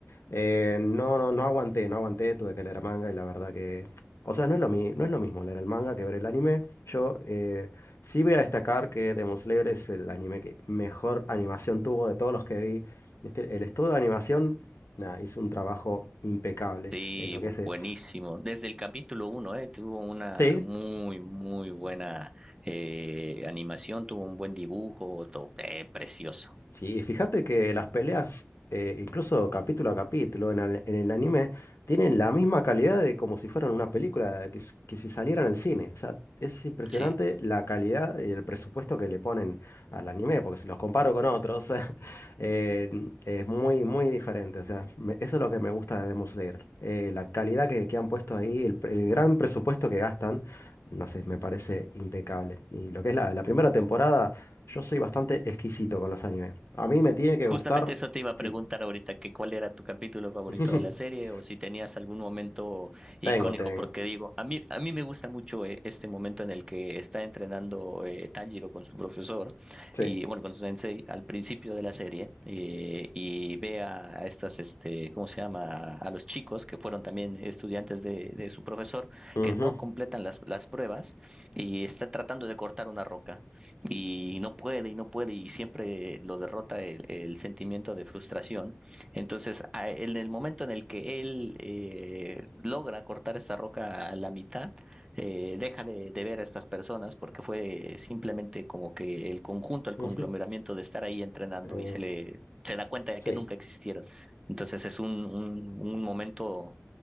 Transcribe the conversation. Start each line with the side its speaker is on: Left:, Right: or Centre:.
Left: eh, no, no, no aguanté, no aguanté, tuve que leer manga y la verdad que... O sea, no es lo mi- no es lo mismo leer el manga que ver el anime. Yo eh, sí voy a destacar que Demon Slayer es el anime que mejor animación tuvo de todos los que vi. Este- el estudio de animación, nada, hizo un trabajo impecable
Right: Sí,
Left: en lo
Right: bu-
Left: que es... eh,
Right: buenísimo. Desde el capítulo uno, eh, tuvo una
Left: Sí,
Right: muy, muy buena eh, animación, tuvo un buen dibujo, todo, eh, precioso.
Left: Sí, fíjate que las peleas, eh, incluso capítulo a capítulo en el, en el anime, tienen la misma calidad de como si fueran una película que, s- que si saliera en el cine. O sea, es impresionante
Right: Sí.
Left: la calidad y el presupuesto que le ponen al anime, porque si los comparo con otros, <laughs> eh, es muy, muy diferente. O sea, me- eso es lo que me gusta de Demon Slayer. Eh, la calidad que, que han puesto ahí, el, pre- el gran presupuesto que gastan, no sé, me parece impecable. Y lo que es la la primera temporada. Yo soy bastante exquisito con los animes. A mí me tiene que
Right: Justamente
Left: gustar.
Right: eso te iba a preguntar
Left: Sí.
Right: ahorita, que cuál era tu capítulo favorito
Left: <laughs>
Right: de la serie o si tenías algún momento icónico,
Left: Tengo, tengo.
Right: porque digo, a mí, a mí me gusta mucho eh, este momento en el que está entrenando eh, Tanjiro con su profesor
Left: Sí.
Right: y bueno, con su sensei al principio de la serie eh, y ve a, a estas, este, ¿cómo se llama? A los chicos que fueron también estudiantes de, de su profesor
Left: Ujú,
Right: que no completan las, las pruebas y está tratando de cortar una roca y no puede y no puede y siempre lo derrota el, el sentimiento de frustración. Entonces, a- en el momento en el que él eh, logra cortar esta roca a la mitad, eh, deja de, de ver a estas personas porque fue simplemente como que el conjunto, el
Left: ujú.
Right: conglomeramiento de estar ahí entrenando
Left: Eh,
Right: y se le se da cuenta de
Left: sí.
Right: que nunca existieron. Entonces es un, un, un momento